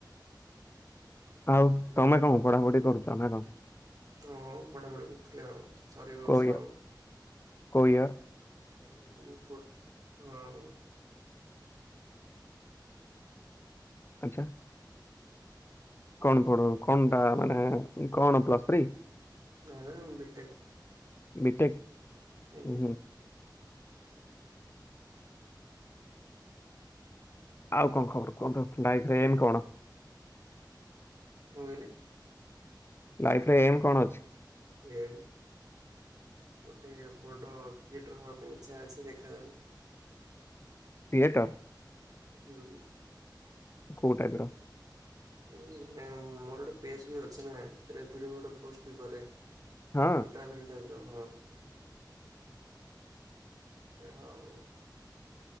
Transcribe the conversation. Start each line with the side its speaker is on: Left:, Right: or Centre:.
Left: ଆଉ ତମେ କଣ ପଢାପଢି କରୁଛ ନା କଣ?
Right: ହଁ ପଢାପଢି କରୁଥିଲେି ଆଉ ସରିବ
Left: କୋଉ
Right: ବର୍ଷ
Left: ଇୟର୍
Right: ଆଉ।
Left: କୋଉ ଇୟର?
Right: <unintelligible>
Left: ଆଚ୍ଛା। କଣ ପଢ କଣଟା ମାନେ କଣ ପ୍ଲସ ଥ୍ରୀ?
Right: ନା ନା ବିଟେକ୍
Left: <inaudible> ବିଟେକ
Right: ଆଜ୍ଞା
Left: ହୁ। ଆଉ କଣ ଖବର କୁହନ୍ତୁ ଲାଇଫରେ ଏମ କଣ?
Right: କଣ କହିଲେ?
Left: ଲାଇଫରେ ଏମ୍ କଣ ଅଛି?
Right: ଏ ଗୋଟେ ବଡ କ୍ରିଏଟର୍ ହବା ପାଇଁ ଇଚ୍ଛା ଅଛି ଦେଖାଯାଉ।
Left: କ୍ରିଏଟର?
Right: ହୁଁ।
Left: କୋଉ ଟାଇପର।
Right: ମୋର ଗୋଟେ ପେଜ ବି ଅଛି ନା ସେଟ ଭଡିଓଡି ପୋଷ୍ଟ ବି କରେ।
Left: ହଁ
Right: <unintelligible> ଓହୋ <inaudible> ହଉ।